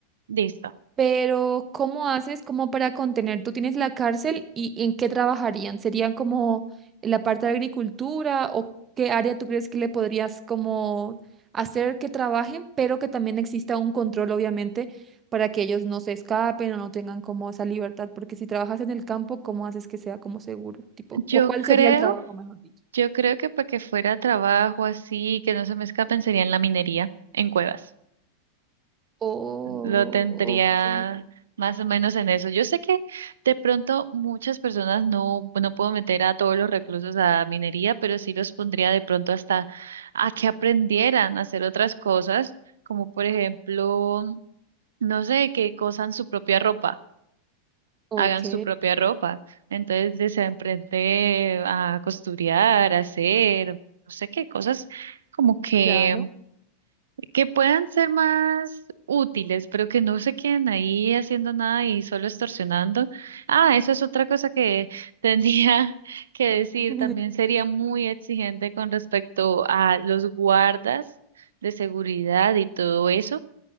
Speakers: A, on the right (about 65°); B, on the right (about 25°).
A: Listo.
B: Pero, ¿cómo haces como para contener? ¿Tú tienes la cárcel y en qué trabajarían? ¿Serían como en la parte de agricultura o qué área tú crees que le podrías como hacer que trabajen, pero que también exista un control, obviamente, para que ellos no se escapen o no tengan como esa libertad? Porque si trabajas en el campo, ¿cómo haces que sea como seguro? Tipo,
A: Yo
B: ¿cu- ¿cuál
A: creo,
B: sería el trabajo, mejor dicho?
A: yo creo que para que fuera trabajo así, que no se me escapen, sería en la minería, en cuevas.
B: Oh,
A: lo tendría
B: ok.
A: más o menos en eso. Yo sé que de pronto muchas personas no, no puedo meter a todos los reclusos a minería, pero sí los pondría de pronto hasta a que aprendieran a hacer otras cosas, como por ejemplo, no sé, que cosan su propia ropa.
B: Ok,
A: hagan su propia ropa, entonces les aprende a costurar, a hacer, no sé qué cosas como que
B: claro.
A: que puedan ser más útiles, pero que no se queden ahí haciendo nada y solo extorsionando. Ah, eso es otra cosa que tenía <laughs> que decir.
B: <laughs>
A: También sería muy exigente con respecto a los guardas de seguridad y todo eso,